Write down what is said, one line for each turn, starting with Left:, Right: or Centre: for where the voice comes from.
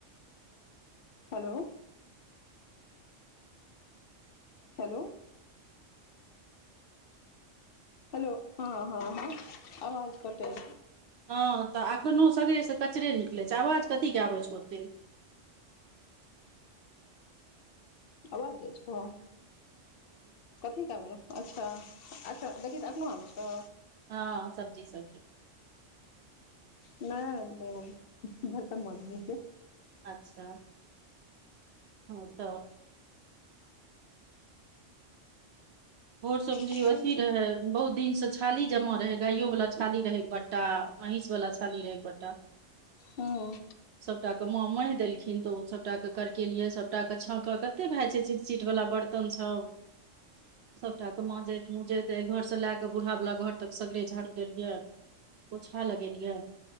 Left: हेलो हेलो हेलो हँ हँ हँ आवाज कटे
Right: हँ तऽ एखनो सगरे से कचरे निकलैत छै आवाज कथी के आबै छै ओते
Left: आवाज जाइ छौ कथी के आबेरहै अच्छा अच्छा देखिये आखनै आबे छ‌उ
Right: हँ सब्जी से के
Left: नहि ओ बरतन मजद‌ए छीय
Right: अच्छा हँ तऽ भैर से बुझयौ
Left: छै
Right: अथी रहे बहुत दिन से छाली जमा रहै गाइयो वाला छाली रहै एक बट्टा महिष वला छाली रह एक ब्टा
Left: ओ
Right: सभटाके माँ महि देलखिन तऽ ओ सभटाके करकेेलियै सभटाके छाँकऽ कते भए जा छै चिटचिट वला बर्तन बरतनसब सभटा तऽ माँजैत मूजैत घर से लए क बूढ़ालला घर तक सगरे झाड़ि गेलिये पोछा लगेलियै